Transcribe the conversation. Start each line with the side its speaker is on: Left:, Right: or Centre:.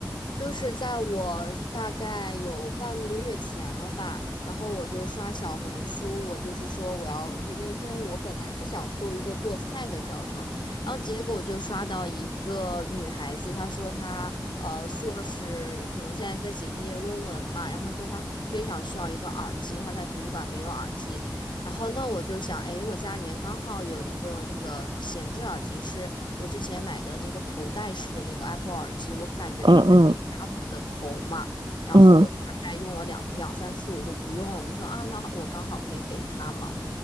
Left: 就是在我大概有半个月前了吧，然后我就刷小红书，我就是说我要，那天我本来是想搜一个做菜的教程，然后结果我就刷到一个女孩子，她说她呃硕士可能现在在写毕业论文嘛，然后她说她非常需要一个耳机，她在图书馆没有耳机，然后那我就想，哎，我家里面刚好有一个那个闲置耳机是。我之前买的那个头戴式的那个 Apple 耳机，我感觉它会很压我的头嘛，
Right: 嗯嗯
Left: 然后我大概用了两两三次，
Right: 嗯，
Left: 我就不用了，我就说啊，那我刚好可以给他嘛。